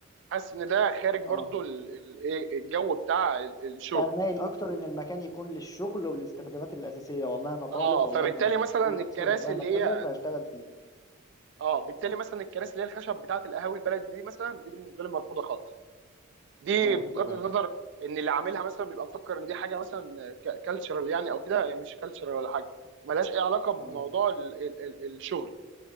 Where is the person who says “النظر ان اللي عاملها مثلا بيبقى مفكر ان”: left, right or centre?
Right